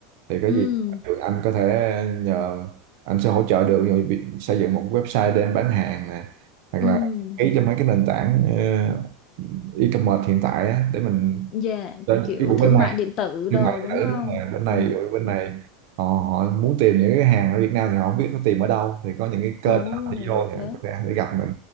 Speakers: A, on the right; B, on the left.
A: thì có
B: ừ
A: gì thì anh có thể nhờ anh sẽ hỗ trợ được rồi việc xây dựng một cái website để em bán hàng nè hoặc
B: ừ
A: là ký cho mấy cái nền tảng ờ, e-commerce hiện tại á để mình
B: dạ
A: lên
B: kiểu
A: cái
B: thương
A: bên này
B: mại điện tử
A: thương
B: đồ
A: mại điện
B: đúng
A: tử
B: không
A: đúng rồi bên này
B: ừ
A: ủi, bên này họ họ muốn tìm những cái hàng ở Việt Nam thì họ không biết nó tìm ở đâu thì có những cái
B: ồ
A: kênh đó họ đi vô thì
B: đấy
A: có thể để gặp mình